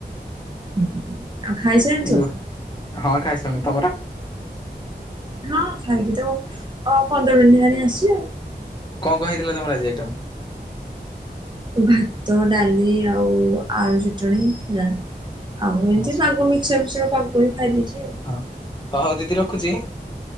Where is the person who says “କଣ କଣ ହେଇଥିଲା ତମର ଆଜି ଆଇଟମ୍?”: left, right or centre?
Left